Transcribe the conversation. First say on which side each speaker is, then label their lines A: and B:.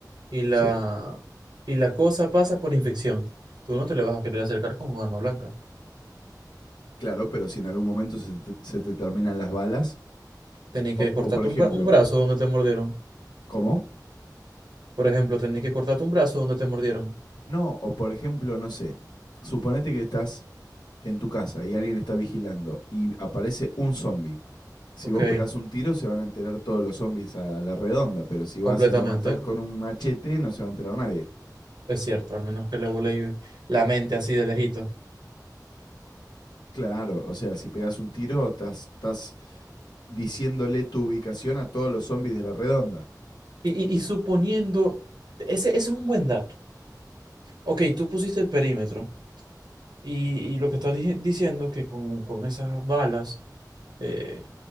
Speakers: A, on the right; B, on the left.
A: y la,
B: Sí,
A: y la cosa pasa por infección. Tú no te le vas a querer acercar con un arma blanca.
B: claro, pero si en algún momento se te, se te terminan las balas,
A: Tenés
B: o,
A: que
B: o
A: cortarte
B: por ejemplo,
A: un, bra- un brazo donde te mordieron.
B: ¿cómo?
A: Por ejemplo, tenés que cortarte un brazo donde te mordieron.
B: No, o por ejemplo, no sé, suponete que estás en tu casa y alguien está vigilando y aparece un zombie, si
A: Ok,
B: vos pegás un tiro se van a enterar todos los zombies a la redonda, pero si
A: completamente.
B: vas y lo matás con un machete no se va a enterar nadie.
A: Es cierto, al menos que le volé la mente así de lejito.
B: Claro, o sea, si pegas un tiro estás, estás diciéndole tu ubicación a todos los zombies de la redonda.
A: Y, y, y suponiendo, ese, ese es un buen dato. Ok, tú pusiste el perímetro y, y lo que estás dije- diciendo que con, con esas balas... eh,